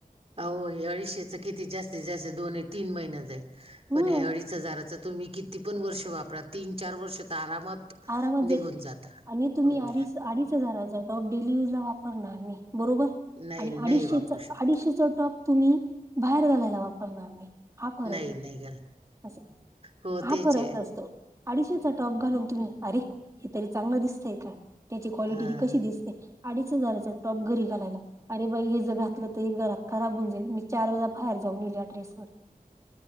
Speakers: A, on the right (about 40°); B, on the right (about 20°).
A: अहो हे अडीचशेचं किती जास्तीत जास्त दोन, तीन महिन जाईल.
B: मग
A: पण हे अडीच हजाराच तुम्ही किती पण वर्ष वापरा तीन चार वर्ष तर आरामात.
B: आरामात जा
A: निघून जाता
B: आणि तुम्ही
A: हो
B: अडीच अडीच हजार ज टॉप डेली यूज ला वापरणार मी बरोबर
A: नाही
B: आणि अडीचशेच
A: नाही वापरू शकत
B: अडीचशेच टॉप तुम्ही बाहेर घालायला वापरणार. हा फरक
A: नाही
B: य
A: नाही घाल
B: अस
A: हो
B: हा
A: तेच
B: फरक
A: आहे
B: असतो. अडीचशेचा टॉप घालून तुम्ही, अरे! हे तरी चांगलं दिसतय का त्याची क्वालिटी
A: हा
B: ती कशी दिसते. अडीच हजाराचा टॉप घरी घालायला अरे बाई हे जर घातलं तर हे घरात खराब होऊन जाईल मी चार वाजा बाहेर जाऊन येईली ड्रेसवर.